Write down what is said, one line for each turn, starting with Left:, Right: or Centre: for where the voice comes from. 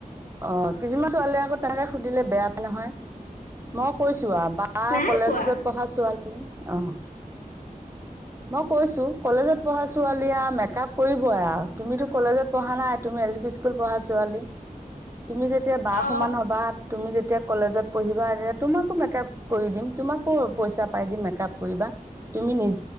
Right: অ' কিছুমান ছোৱালীয়ে আকৌ তেনেকে সুধিলে বেয়া নহয়। মই কৈছো আও বা
Left: নাই
Right: কলেজত
Left: পোৱা
Right: পঢ়া ছোৱালী অ'। মই কৈছো কলেজত পঢ়া ছোৱালী আও মেকআপ কৰিব আৰু তুমিতো কলেজত পঢ়া নাই। তুমি এল পি স্কুল পঢ়া ছোৱালী।
Left: <inaudible>
Right: তুমি যেতিয়া বা
Left: অ
Right: সমান হ'বা। তুমি যেতিয়া যেতিয়া কলেজত পঢ়িবা তোমাকো মেকআপ কৰি দিম তোমাকো পইচা পাই দিম মেকআপ কৰিবা। তুমি নি <inaudible>